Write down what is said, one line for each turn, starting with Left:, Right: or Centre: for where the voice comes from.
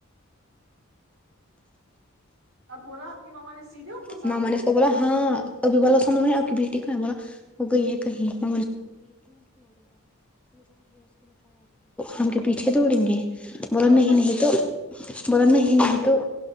Right: اب بولا آپ کی ماما نے سیدھے اس کو سامنے
Centre: میں نے اس کو بولا ہاں مما نے بولا اس کی بیٹی کہا ہے اس نے بولا وہ گئی ہے کہیں ہم کیا پیچھے دوڑیں گے بول
Right: اچھا
Centre: نہیں نہیں
Right: کیا
Centre: تو بول نہیں ہی نہیں تو